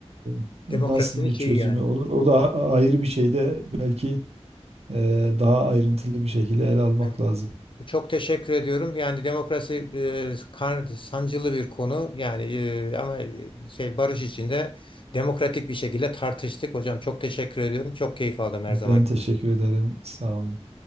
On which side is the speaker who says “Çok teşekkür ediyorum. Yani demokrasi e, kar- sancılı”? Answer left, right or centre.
Left